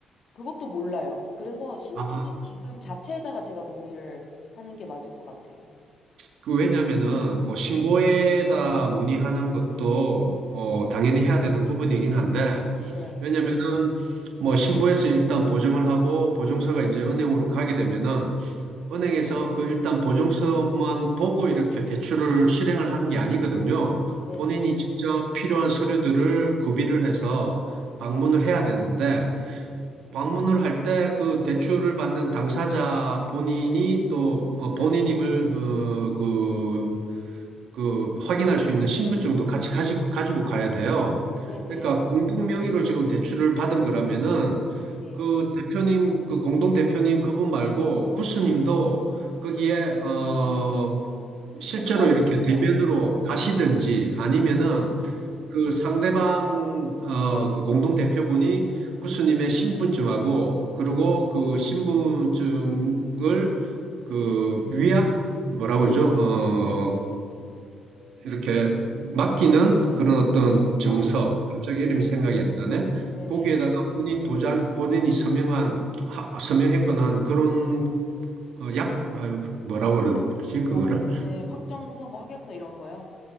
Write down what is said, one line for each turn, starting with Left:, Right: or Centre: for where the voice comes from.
Left: 그것도 몰라요. 그래서 신용보증
Right: 아,
Left: 기금 자체에다가 제가 문의를 하는 게 맞을 것 같아요.
Right: 그 왜냐면은 뭐 신고에다 문의하는 것도 어 당연히 해야 되는 부분이긴 한데
Left: 네,
Right: 왜냐면은 뭐 신고에서 일단 보증을 하고 보증서가 이제 은행으로 가게 되면은 은행에서 그 일단 보증서만 보고 이렇게 대출을 실행을 하는 게 아니거든요.
Left: 네네,
Right: 본인이 직접 필요한 서류들을 구비를 해서 방문을 해야 되는데
Left: 네,
Right: 방문을 할 때 그 대출을 받는 당사자 본인이 또 어, 본인임을 어, 그 그 확인할 수 있는 신분증도 같이 가지, 가지고 가야 돼요.
Left: 네네,
Right: 그러니까 공동 명의로 지금 대출을 받은 거라면은
Left: 예.
Right: 그 대표님, 그 공동 대표님 그분 말고 구스님도 거기에
Left: 이-
Right: 어
Left: 직접
Right: 실제로
Left: 가야
Right: 이렇게
Left: 되는 거죠?
Right: 대면으로 가시든지 아니면은
Left: 아,
Right: 그 상대방 어 그 공동 대표분이 구스님의 신분증하고 그리고
Left: 예.
Right: 그 신분증을 그 위약 뭐라고 그러죠? 어 이렇게 맡기는 그런 어떤 증서,
Left: 아,
Right: 갑자기 이름이
Left: 네,
Right: 생각이 안 나네.
Left: 네네.
Right: 거기에다가 본인 도장, 본인이 서명한, 하- 서명했거나 한 그런 어, 약, 아유, 뭐라고 그러지,
Left: 계약,
Right: 그거를?
Left: 네, 확정서, 뭐 합약서 이런 거요?